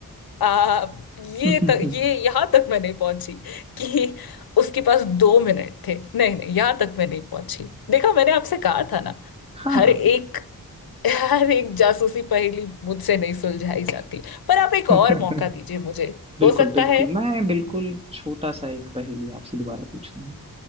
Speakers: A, on the left (about 75°); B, on the right (about 15°).
A: आ, ये
B: <laughs> चलिए
A: तक ये यहाँ तक मैं नहीं पहुंची कि उसके पास दो मिनट थे नहीं नहीं यहाँ तक मैं नहीं पहुंची देखा मैंने आपसे कहा था ना
B: हाँ
A: हर
B: हाँ
A: एक हर एक जासूसी पहेली मुझसे नहीं सुलझाई जाती पर आप एक
B: <laughs>
A: और मौका दीजिए मुझे
B: बिल्कुल
A: हो सकता
B: बिल्कुल
A: है
B: मैं बिल्कुल छोटा सा एक पहेली आपसे दोबारा पूछता हूँ